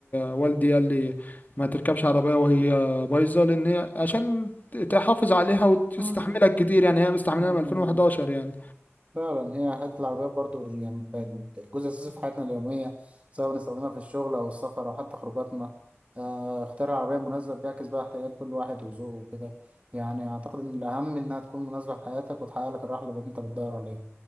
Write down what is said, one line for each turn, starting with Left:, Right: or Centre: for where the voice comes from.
Left: والدي قال لي ما تركبش عربية وهي بايظة لأن هي عشان تحافظ عليها وتستحملك
Right: آه. آه.
Left: كتير يعني هي مستحملها
Right: مم.
Left: من 2011 يعني
Right: فعلا هي حتة العربيات برضو يعني بقت جزء أساسي في حياتنا اليومية سواء بنستخدمها في الشغل أو السفر أو حتى خروجاتنا آه اختيار العربية المناسبة بيعكس بقى احتياجات كل واحد وذوقه وكده يعني أعتقد إن الأهم إنها تكون مناسبة لحياتك وتحقق لك الراحة اللي أنت بتدور عليها